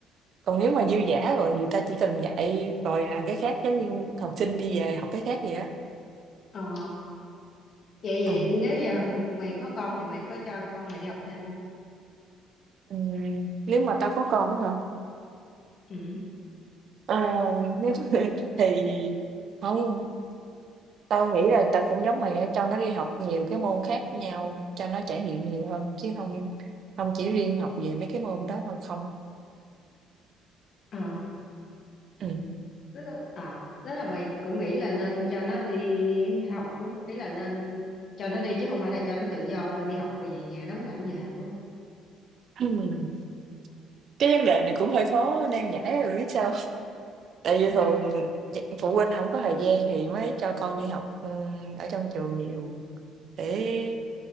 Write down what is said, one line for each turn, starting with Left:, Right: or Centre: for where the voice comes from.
Right: còn nếu mà dư giả rồi thì ta chỉ cần dạy rồi làm cái khác giống như học sinh đi về học cái khác vậy á
Left: Ờ, vậy vậy
Right: ừ.
Left: nếu giờ mày có con thì mày có cho con mày đi học thêm không?
Right: Ừm, nếu mà tao có con á hả
Left: Ừ.
Right: Ờ, <laughs> nếu mà thì không Tao nghĩ là tao cũng giống mày á, cho nó đi học nhiều cái môn khác với nhau, cho nó trải nghiệm nhiều hơn chứ không không chỉ riêng học về mấy cái môn đó thôi không.
Left: Ờ,
Right: Ừm,
Left: tức là, à, tức là mày cũng nghĩ là nên cho nó đi học đúng không? Ý là nên cho nó đi chứ không phải là cho nó tự do đi học về về nhà nó muốn làm gì làm đúng không?
Right: ừm, <clears throat> cái vấn đề này cũng hơi khó nan giải á, biết sao Tại vì thường
Left: Sao?
Right: d phụ huynh không có thời gian thì mới cho con đi học, ừm, ở trong trường nhiều để,